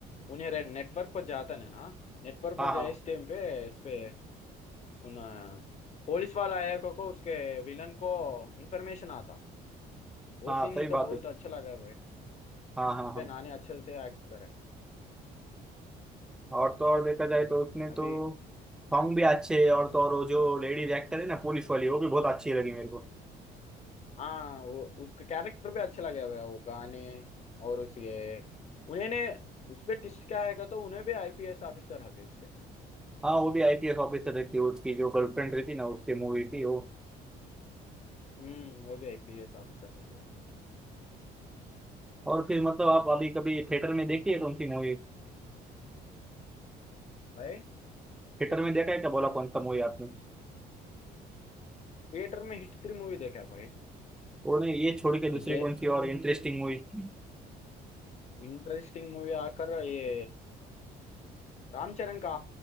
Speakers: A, on the left; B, in the centre.
A: उन्हें नेटवर्क पर जाता है ना नेटवर्क
B: हाँ
A: पे जाए
B: हाँ
A: इस टाइम पे इस पे उन अ, पुलिस वाला एक को उसके विलन को इन्फॉर्मेशन आता वो
B: हाँ
A: सीन
B: सही
A: ही तो
B: बात
A: बहुत
B: है
A: अच्छा लगा भाई
B: हाँ हाँ
A: उस
B: हाँ
A: पे नानी अच्छे से एक्ट करे
B: और तो और देखा
A: हम्म,
B: जाए तो उसने तो
A: अभी
B: सॉन्ग भी अच्छे है और तो और वो जो
A: हम्म,
B: लेडीज एक्टर है ना पुलिस वाली वो भी बहुत अच्छी लगी मेरे को
A: हाँ वो उसका कैरेक्टर भी अच्छा लगा भाई वो गाने और उसके उन्हें उस पे टिस्ट क्या है का तो उन्हें भी आईपीएस ऑफिसर हथे उस पे
B: हाँ वो भी आईपीएस ऑफिसर रहती है उसकी जो गर्लफ्रेंड रहती ना उसकी मूवी थी वो
A: हम्म वो भी आईपीएस ऑफिसर हथे
B: और फिर मतलब आप अभी कभी
A: अभी
B: थिएटर में देखी है कौन सी मूवी
A: भाई
B: थिएटर में देखा है क्या बोला कौन सा मूवी आपने
A: थिएटर में हिट थ्री मूवी देखा भाई
B: वो नहीं ये छोड़ के दूसरी
A: ये जे
B: कौन सी और इंटरेस्टिंग मूवी
A: इंटरेस्टिंग मूवी आकर ये रामचरण का